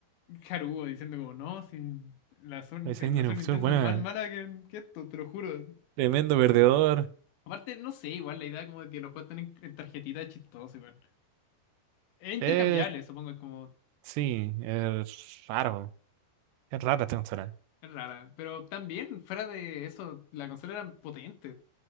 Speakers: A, on the left; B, on the right.
A: Haruo diciendo como, no, si la Sun,
B: PC
A: la
B: Engine
A: Sun
B: Opción,
A: Nintendo
B: bueno,
A: es más mala que, que esto, te lo juro.
B: tremendo perdedor.
A: Aparte, no sé, igual la idea como de que los juegos están en, en tarjetitas es chistoso, igual. Es intercambiable,
B: Eh,
A: supongo, es como,
B: sí, es raro. Es rara esta consola.
A: es rara. Pero también, fuera de eso, la consola era potente,